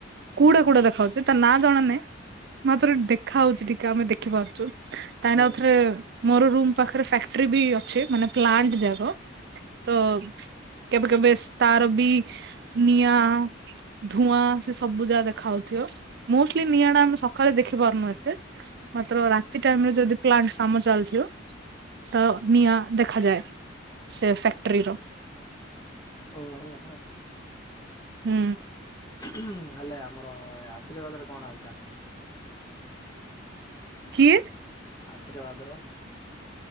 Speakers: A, on the right; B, on the left.
A: କୁଉଟା କୁଉଟା ଦେଖାଉଛି ତା ନାଁ ଜଣାନାହିଁ। ମାତ୍ର ଏଇ ଦେ ଖା ହଉଛି ଟିକେ ଆମେ ଦେଖିପାରୁଚୁ କାହିଁକି
B: ହୁଁ
A: ନା ଆଉ ଥରେ ମୋର ରୁମ୍ ପାଖରେ ଫ୍ୟାକ୍ଟ୍ରି ବି ଅଛି ମାନେ ପ୍ଲାଣ୍ଟ ଯାକ ତ କେବେ କେବେ ସେ ତାର ବି ନିଆଁ ଧୂଆଁ ସେ ସବୁ ଯାହା ଦେଖାଯାଉଥିବ ମୋଷ୍ଟଲି ନିଆଁ ଟା ଆମେ ସକାଳେ ଦେଖି ପାରୁନୁ ଏତେ ମାତ୍ର ରାତି ଟାଇମ୍ ରେ ଯଦି ପ୍ଲାଣ୍ଟ କାମ ଚାଲିଥିବ ତ ନିଆଁ ଦେଖାଯାଏ। ସେ ଫ୍ୟାକ୍ଟ୍ରିର।
B: ଓହୋ ହୋ‌।
A: ହୁଁ।
B: ଉଁ ଉଁ ହେଲେ ଆମର ଆଶ୍ରୀବାଦରେ କଣ ହାଲ ଚଲ୍।
A: କିଏ
B: ଆଶୀର୍ବାଦର